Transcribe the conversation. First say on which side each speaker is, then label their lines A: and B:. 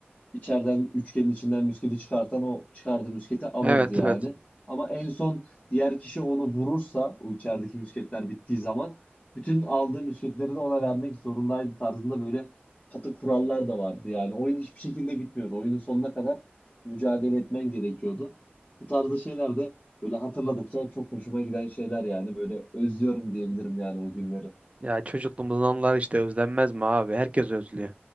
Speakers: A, on the left (about 35°); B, on the right (about 30°).
A: içeriden üçgenin içinden müsketi çıkartan o çıkardığı müsketi alırdı
B: Evet
A: yani.
B: evet.
A: Ama en son diğer kişi onu vurursa o içerideki müsketler bittiği zaman bütün aldığı müsketleri de ona vermek zorundaydı tarzında böyle katı kurallar da vardı. Yani oyun hiçbir şekilde bitmiyordu. Oyunun sonuna kadar mücadele etmen gerekiyordu. Bu tarzda şeyler de böyle hatırladıkça çok hoşuma giden şeyler yani böyle özlüyorum diyebilirim yani o günleri.
B: Ya çocukluğumuzun anıları işte özlenmez mi abi? Herkes özlüyor.